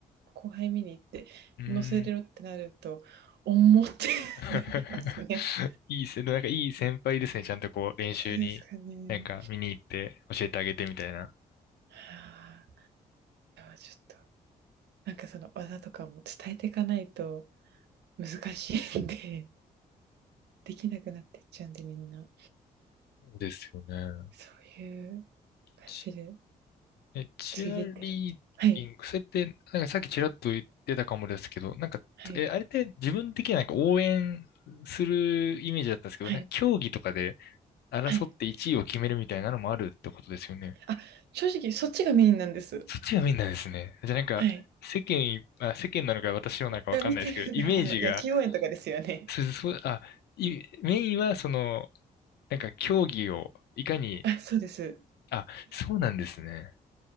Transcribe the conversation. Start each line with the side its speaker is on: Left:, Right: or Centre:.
Right: 後輩見に行って、
Left: ーん。
Right: 乗せれろってなると、重ってなりますね。
Left: <laughs> いいせ、なんかいい先輩ですね。ちゃんとこう練習に、
Right: そうですかね。
Left: なんか見に行って教えてあげてみたいな。
Right: はあ、ちょっと、なんかその技とかも伝えていかないと難しいんで、できなくなってっちゃうんで、みんな。
Left: そうですよね。
Right: そういう感じで、
Left: チ、え、チアリーディング、
Right: ついでってるみたい。はい、
Left: それって、なんかさっきちらっと言ってたかもですけど、なんか、
Right: はい、
Left: え、あれって自分的にはなんか応援するイメージだったんですけど、
Right: はい、
Left: なんか競技とかで争って1位を決めるみたいなのもあるってことですよね。
Right: はい。あ、正直、そっちがメインなんです。
Left: そっちがメインなんですね。じゃあなんか、
Right: はい。
Left: 世間い、あ、世間なのか私のなのかわかんないですけど、
Right: が見てるんだ。
Left: イメージが
Right: あの、野球応援とかですよね。
Left: そそう、あ、いメインはその、なんか競技をいかに、
Right: あ、そうです。
Left: あ、そうなんですね。